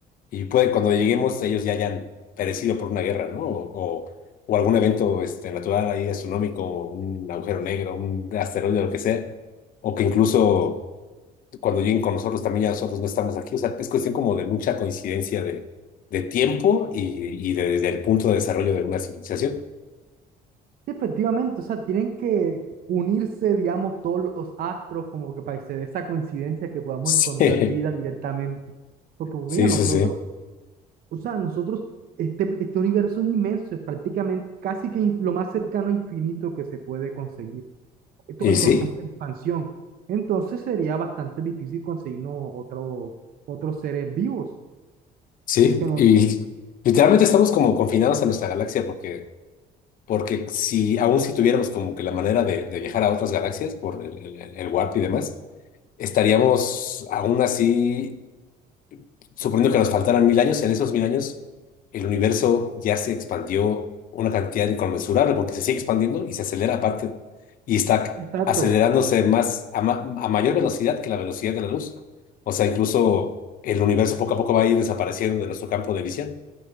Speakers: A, on the left; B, on the right.
A: Y puede, cuando lleguemos, ellos ya hayan perecido por una guerra, ¿no? O, o, o algún evento este, natural ahí astronómico, un agujero negro, un asteroide, lo que sea. O que incluso cuando lleguen con nosotros también ya nosotros no estamos aquí. O sea, es cuestión como de mucha coincidencia de, de tiempo y, y de- del punto de desarrollo de una civilización.
B: Sí, Efectivamente, o sea, tienen que unirse, digamos, todos los astros como que para hacer esa coincidencia que podamos
A: <laughs>
B: encontrar vida directamente. Porque, pues,
A: Sí,
B: mira, nosotros,
A: sí, sí, sí.
B: o sea, nosotros, este, este universo es inmenso, es prácticamente casi que in- lo más cercano a infinito que se puede conseguir. Esto
A: Y
B: en
A: sí,
B: constante expansión. Entonces sería bastante difícil conseguirnos otro, otros seres vivos.
A: sí.
B: eh, Que nos...
A: Y literalmente estamos como confinados a nuestra galaxia porque, porque si aún si tuviéramos como que la manera de, de viajar a otras galaxias por el, el, el- el warp y demás, estaríamos aún así suponiendo que nos faltaran mil años, en esos mil años el universo ya se expandió una cantidad inconmensurable porque se sigue expandiendo y se acelera aparte y está
B: Exacto,
A: acelerándose más a, ma- a mayor velocidad que la velocidad de la luz. O sea, incluso el universo poco a poco va a ir desapareciendo de nuestro campo de visión.